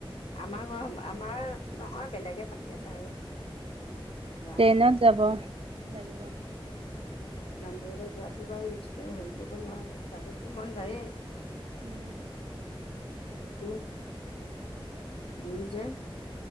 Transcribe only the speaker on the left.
আমাৰ ঘৰৰ আমাৰ নহয়। বেলেগে পাতি আছে আৰু। যোৱা
উম ইমান দূৰলৈ যোৱাতটো বাৰু ৰিক্স ত হেৰি কৰিব নোৱাৰো যাবলৈতো মন যায়েই।
কিটো দূৰ যে।